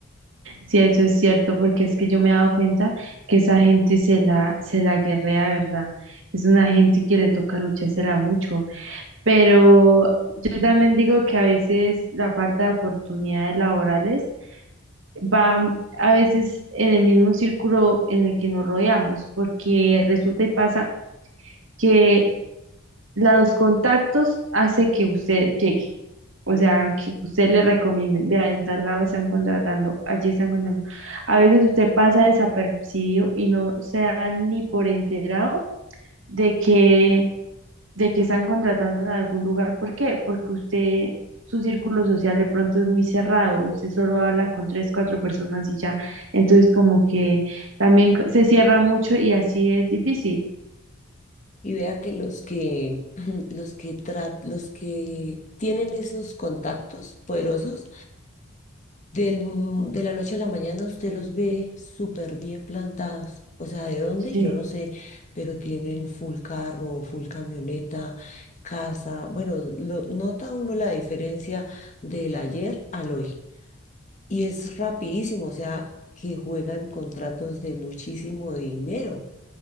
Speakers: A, on the right; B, on the left.
A: Sí, eso es cierto, porque es que yo me he dado cuenta que esa gente se la, se la guerrea, ¿verdad? Es una gente que le toca luchársela mucho. Pero yo también digo que a veces la falta de oportunidades laborales va a veces en el mismo círculo en el que nos rodeamos, porque resulta y pasa que los contactos hace que usted llegue. O
B: Ujú.
A: sea, que usted le recomienden, vea, en tal lado están contratando, allí están contratando. A veces usted pasa desapercibido y no se da ni por enterado de que de que están contratando en algún lugar. ¿Por qué? Porque usted, su círculo social de pronto es muy cerrado, usted solo habla con tres, cuatro personas y ya. Entonces como que también c- se cierra mucho y así es difícil.
B: Y vea que los que, <clears throat> los que, tra- los que tienen esos contactos poderosos Del, mm, de la noche a la mañana usted los ve súper bien plantados. O sea, ¿de dónde?
A: Sí,
B: Yo no sé, pero tienen full carro, full camioneta, casa. Bueno, lo, nota uno la diferencia del ayer al hoy. Y es rapidísimo, o sea, que juegan contratos de muchísimo dinero